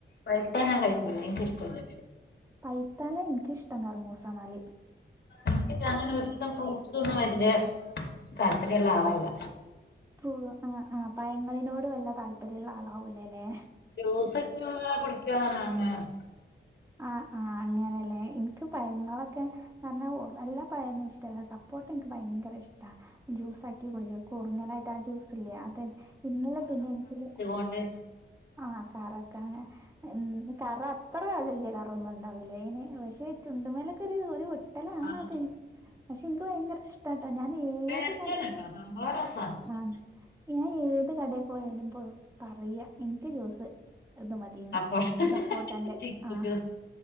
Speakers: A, on the left (about 65°); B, on the right (about 15°).
A: പഴ്ത്ത ഞാൻ കഴിക്കൂല എൻക്കിഷ്ടല്ല
B: പൈത്താലെ ഇൻക്ക് ഇഷ്ടം കർമൂസ ന്നാല്
A: ൻക്ക് അങ്ങനെ ഒരു വിധം ഫ്രൂട്ട്സൊന്നും വല്യ താല്പര്യം ഉള്ള ആളല്ല.
B: ഉവ്വ് ആഹ് ആഹ് പയങ്ങളിനോട് വല്ല താല്പര്യള്ള ആളാവൂലല്ലേ.
A: ജൂസ <unintelligible> കുടിക്കാന്നല്ലാണ്ട്
B: ആഹ് ആഹ് അങ്ങനെല്ലേ ഇൻക്ക് പയങ്ങളൊക്കെ <unintelligible> എല്ലാ പയൊന്നും ഇഷ്ടല്ല. സപ്പോട്ട ഇൻക്ക് ഭയങ്കര ഇഷ്ടാ. ജ്യൂസാക്കി കുടിച്ചു കുറുങ്ങനായിട്ട് ആ ജ്യൂസില്ലേ അത ഇന്നലെ പിന്നെ എനിക്കത്
A: പോണ്ട്
B: ആഹ കാറൊക്കെങ്ങ എ കറ അത്ര വല്യ കറ ഒന്നും ഉണ്ടാവൂല ഐന് പക്ഷെ ചുണ്ടുമേലൊക്കെ ഒരു ഒരു ഒട്ട കിട്ടലാണത്
A: ആഹ്
B: പക്ഷെ ഇനിക്ക് ഭയങ്കര ഇഷ്ട ഇട്ടാട്ടോ ഞാൻ ഏത്
A: ടേസ്റ്റാണ്
B: കടയിലും
A: ട്ടോ സംഭവം രസാണ്
B: ആഹ ഞാൻ ഏത് കടയിൽ പോയാലും പോ പറയാ എനിക്ക് ജൂസ് ഇത് മതി ത്
A: സപ്പോട്ട
B: സപ്പോർട്ട്ന്റെ
A: ചിക്കു
B: ആഹ
A: ജ്യൂസ്